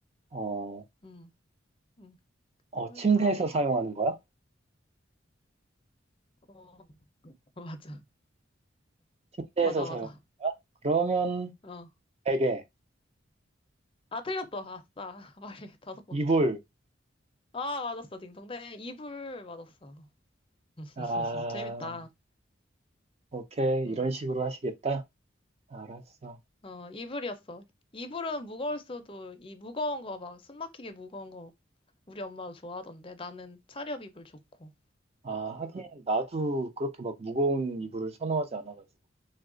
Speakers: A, on the right; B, on the left.
A: 어,
B: 음. 음.
A: 어,
B: 뭘까?
A: 침대에서 사용하는 거야?
B: 어, <laughs> 맞아.
A: 침대에서
B: 맞아,
A: 사용하는
B: 맞아.
A: 거야? 그러면
B: 어.
A: 베개,
B: 아, 틀렸어. 아싸. <laughs> 빨리 다섯 번.
A: 이불,
B: 아, 맞았어. 딩동댕. 이불 맞았어. <laughs>
A: 아,
B: 재밌다.
A: 오케이.
B: 음.
A: 이런 식으로 하시겠다? 알았어.
B: 어, 이불이었어. 이불은 무거울 수도, 이 무거운 거 막, 숨 막히게 무거운 거 우리 엄마도 좋아하던데. 나는 차렵 이불 좋고.
A: 아, 하긴 나도 그렇게 막 무거운 이불을 선호하지 않아가지고.